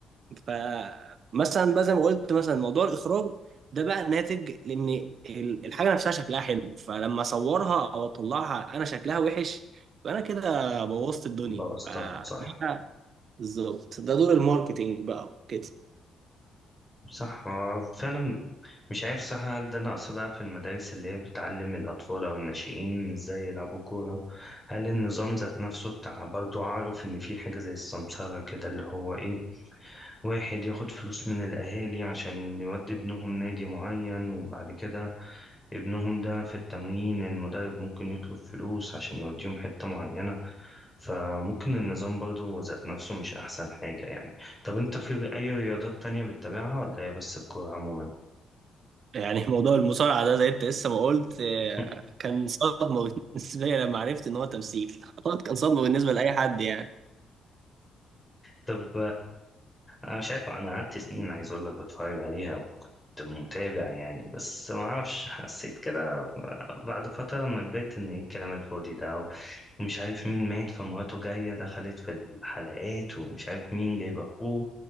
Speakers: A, on the right; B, on the left.
A: فمثلا بقى زي ما قلت مثلا موضوع الاخراج ده بقى ناتج لان ال- الحاجه نفسها شكلها حلو فلما اصورها او اطلعها انا شكلها وحش يبقى انا كده بوظت الدنيا
B: بوظتها
A: فده
B: صح
A: بالظبط ده دور الماركتينج بقى كده
B: صح هو فعلا مش عارف صح هل ده نقص بقى في المدارس اللي هي بتعلم الأطفال أو الناشئين إزاي يلعبوا كورة هل النظام ذات نفسه بتاع برضو أعرف إن في حاجة زي السمسرة كده اللي هو إيه واحد ياخد فلوس من الأهالي عشان يودي ابنهم نادي معين وبعد كده ابنهم ده في التمرين المدرب ممكن يطلب فلوس عشان يوديهم حتة معينة فممكن النظام برضو ذات نفسه مش أحسن حاجة يعني طب أنت في أي رياضات تانية بتتابعها ولا هي بس الكورة عموما؟
A: يعني موضوع المصارعه ده زي انت لسه ما قلت آه،
B: <laughs>
A: كان صدمه بالنسبه لي لما عرفت ان هو تمثيل اعتقد كان صدمه بالنسبه لاي حد يعني
B: طب انا مش عارف انا قعدت سنين عايز اقول لك بتفرج عليها وكنت متابع يعني بس ما اعرفش حسيت كده بعد فتره لما كبرت ان ايه الكلام الفاضي ده ومش عارف مين مات فمراته جايه دخلت في الحلقات ومش عارف مين جايب اخوه